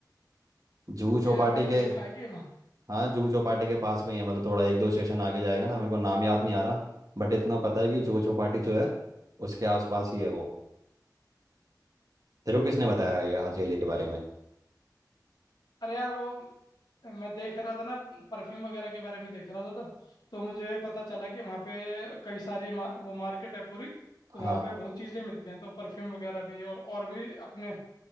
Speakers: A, on the right (about 55°); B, on the left (about 80°).
A: जुहू
B: ये
A: चौपाटी
B: मैंने
A: के
B: देखा है कि वहाँ
A: हाँ जुहू चौपाटी के पास में ही है मतलब थोड़ा एक दो स्टेशन आगे जाएगा ना मेरे को नाम याद नहीं आ रहा बट इतना पता है कि जुहू चौपाटी जो है उसके आसपास ही है वो तेरे को किसने बताया ये हाजी
B: अच्छा
A: अली के बारे में
B: अरे यार वो मैं देख रहा था ना परफ्यूम वगैरह के बारे में देख रहा था तो, तो मुझे पता चला कि वहाँ पे कई सारी मा, वो मार्केट है पूरी तो
A: हाँ
B: वहाँ पे बहुत चीज़ें मिलती हैं तो परफ्यूम वगैरह भी और और भी अपने